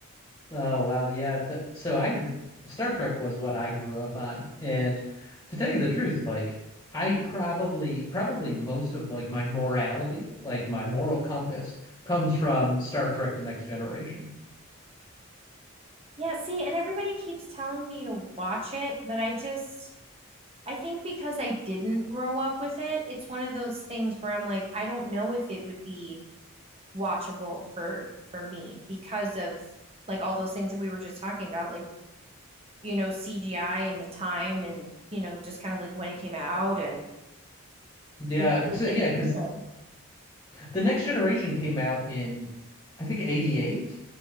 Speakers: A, on the left (about 20°); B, on the right (about 25°).
A: Oh wow, yeah. Th so I gr Star Trek was what I grew up on, and to tell you the truth, like I probably probably most of like my morality, like my moral compass, comes from Star Trek: The Next Generation.
B: Yeah, see, and everybody keeps telling me to watch it, but I just I think because I didn't grow up with it, it's one of those things where I'm like, I don't know if it would be watchable for for me because of like all those things that we were just talking about, like, you know, CGI and the time and, you know, just kind of like when it came out and
A: Yeah,
B: you know,
A: it's
B: it-
A: uh, yeah,
B: it's
A: because
B: different.
A: the next generation came out in I think 88.